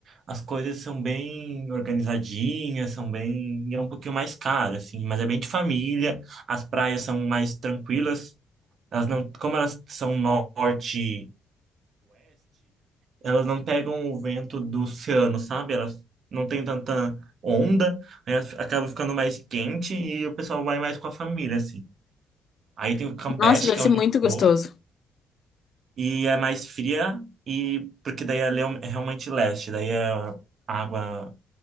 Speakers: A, on the right; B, on the left.
A: As coisas são bem organizadinhas, são bem. e É um pouquinho mais caro, assim, mas é bem de família. As praias são mais tranquilas. Elas não, como elas são norte-oeste, elas não pegam o vento do oceano, sabe? Elas não tem tanta onda, aí elas acabam ficando mais quente e o pessoal vai mais com a família, assim. Aí tem o Campeche,
B: Nossa, deve
A: que é
B: ser
A: onde
B: muito
A: estou,
B: gostoso.
A: e é mais fria, e porque daí ela é um- é realmente leste, daí é- a água